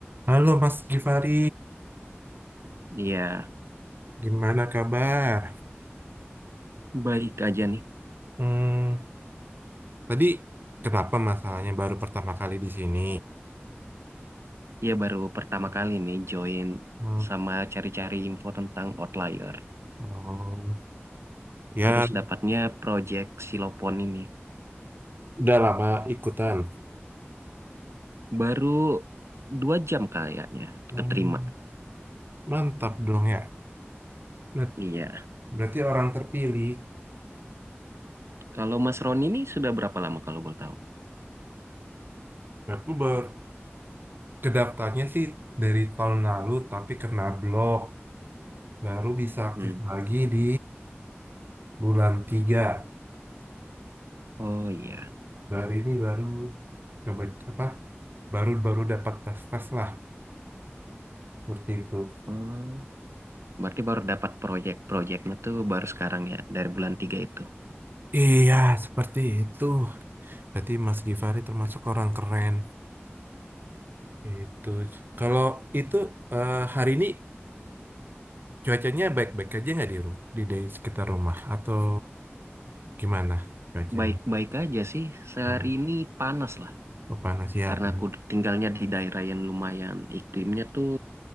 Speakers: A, on the right; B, on the right.
A: Halo Mas Gifari,
B: Iya,
A: gimana kabar?
B: baik aja nih.
A: Hmm, tadi kenapa masalahnya baru pertama kali di sini?
B: Iya, baru pertama kali nih join
A: Hmm,
B: sama cari-cari info tentang Outlier.
A: oh, ya
B: Terus dapatnya project Silopon ini.
A: udah lama ikutan.
B: Baru dua jam kayaknya
A: Hmm,
B: keterima.
A: mantap dong ya. Ber-
B: Iya.
A: Berarti orang terpilih.
B: Kalau Mas Roni ini sudah berapa lama kalau boleh tahu?
A: Aku baru kedaftarnya sih dari tahun lalu, tapi kena blok. Baru bisa aktif
B: Hmm.
A: lagi di bulan 3.
B: Oh iya.
A: Baru ini baru coba apa? Baru baru dapat tes tes lah seperti itu.
B: Oh, berarti baru dapat proyek-proyeknya tuh baru sekarang ya, dari bulan tiga itu.
A: Iya, seperti itu. Berarti Mas Givari termasuk orang keren. Itu. Kalau itu eh, hari ini cuacanya baik-baik aja nggak di ru- di di sekitar rumah atau gimana cuacanya?
B: Baik-baik aja sih. Sehari
A: Hmm,
B: ini panas lah.
A: Oh, panas ya.
B: Karena
A: panas.
B: aku tinggalnya di daerah yang lumayan iklimnya tuh